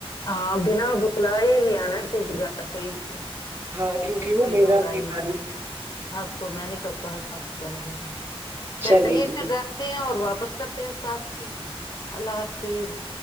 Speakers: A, on the left; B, on the right.
A: ہاں بنا بلا ہی ہی ہے نا کیونکہ گات تو یہ کیا ہے
B: ہاں کیونکہ
A: اس میں
B: وہ
A: کوئی
B: میرا
A: دوہرائی
B: بھی بھاری
A: نہیں ہاں تو میں نے ک کہاپ کا نہیں ہے چلیے
B: چلے جی
A: پھر
B: بہن
A: رکھتے ہیں اور واپس کرتے ہیں سات ہی اللہ حافظ